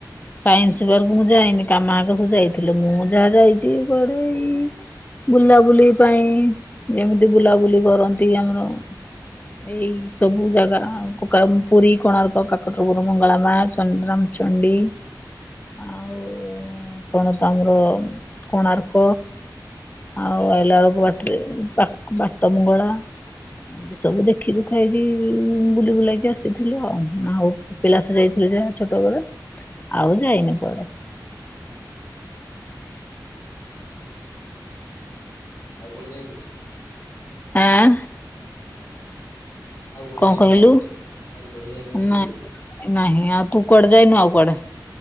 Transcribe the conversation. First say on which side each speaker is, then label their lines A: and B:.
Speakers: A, on the left; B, on the left.
A: ସାଇନ୍ସ ପାର୍କ ମୁଁ ଯାଇନି କାମା ହାକା ସବୁ ଯାଇଥିଲେ ମୁଁ ଯାହା ଯାଇଛି କୁଆଡେ ଏଇ ବୁଲାବୁଲି ପାଇଁ ଯେମିତି ବୁଲାବୁଲି କରନ୍ତି ଆମର ଏଇ ସବୁ ଜାଗା ପୁରୀ କୋଣାର୍କ କାକଟରପୁର ମଙ୍ଗଳା ମା ଚନ୍ଦ୍ରମ ଚଣ୍ଡି ଆଉ ଉଁ କଣ ତ ଆମର କୋଣାର୍କ। ଆଉ ଆଇଲା ବେଳୁକୁ ବାଟରେ ପା ବାଟ ମଙ୍ଗଳା। ଏମିତି ସବୁ ଦେଖି ଦୁଖାଇକି ବୁଲି ବୁଲେଇକି ଆସିଥିଲୁ ଆଉ ଆଉ କପିଳାସ ଯାଇ ଥିଲୁ ଯାହା ଛୋଟୋବେଳେ ଆଉ ଯାଇନି କୁଆଡେ।
B: ଆଉ କୁଆଡେ ଯାଇନୁ।
A: ଆଁ
B: ଆଉ କୁଆଡେ
A: କଁ
B: ଯାଇନୁ?
A: କହିଲୁ
B: ଆଉ କୁଆଡେ ଯାଇନଥିଲୁ
A: ନାଇଁ
B: କି?
A: ନାହିଁ ଆଉ ତୁ କୁଆଡେ ଯାଇନୁ ଆଉ କୁଆଡେ।